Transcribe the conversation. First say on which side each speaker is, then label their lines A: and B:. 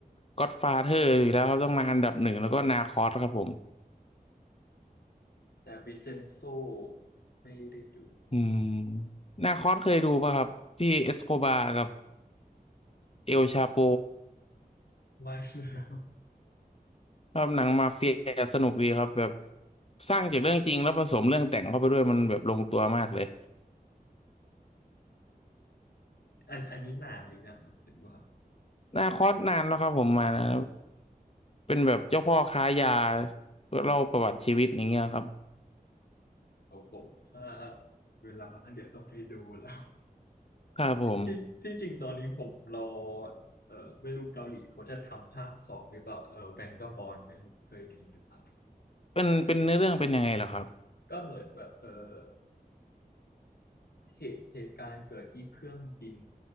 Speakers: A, on the left; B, on the left.
A: ก็อดฟาเธอร์อยู่แล้วครับต้องมาอันดับหนึ่งแล้วก็นาคอสครับผม
B: แต่วิเซนโซไม่ได้ดู
A: อืมนาคอสเคยดูป่ะครับที่เอสโคบาร์กับเอลชาโป
B: เอ่อไม่ครับ
A: ครับหนังมาเฟียสนุกดีครับแบบสร้างจากเรื่องจริงแล้วผสมเรื่องแต่งเข้าไปด้วยมันแบบลงตัวมากเลย
B: อันอันนี้นานหรือยังหรือว่า
A: นาคอสนานแล้วครับผมมานะเป็นแบบเจ้าพ่อค้ายาเล่าประวัติชีวิตอย่างเงี้ยครับ
B: โอ้ผมถ้าเวลามันอันเดี๋ยวต้องไปดูแล้ว
A: ครับผม
B: ที่ที่จริงตอนนี้ผมรอเออไม่รู้เกาหลีเขาจะทำภาคสองหรือเปล่าเออแบงก์บอลไม่รู้เคยไดยนหรือเปล่า
A: เป็นเป็นเนื้อเรื่องเป็นยังไงเหรอครับ
B: ก็เหมือนแบบเออเหตุเหตุการณ์เกิดที่เครื่องบิน